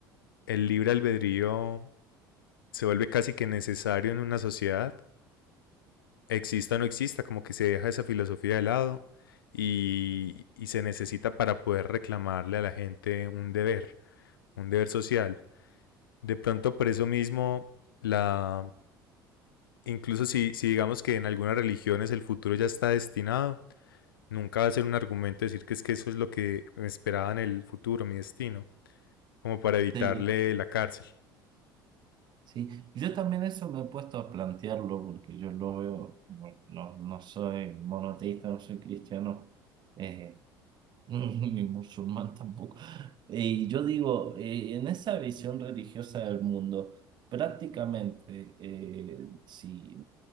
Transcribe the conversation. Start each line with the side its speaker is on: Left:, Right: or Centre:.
Left: el libre albedrío se vuelve casi que necesario en una sociedad exista o no exista, como que se deja esa filosofía de lado y, y se necesita para poder reclamarle a la gente un deber, un deber social. De pronto por eso mismo, la, incluso si, si digamos que en algunas religiones el futuro ya está destinado, nunca va a ser un argumento decir que es que eso es lo que me esperaba en el futuro, mi destino, como para evitarle
Right: Sí,
Left: la cárcel.
Right: sí. Yo también eso me he puesto a plantearlo porque yo lo veo, no, no, no soy monoteísta, no soy cristiano. eh, <laughs> ni musulmán tampoco. Y yo digo, eh, en esa visión religiosa del mundo, prácticamente, eh, si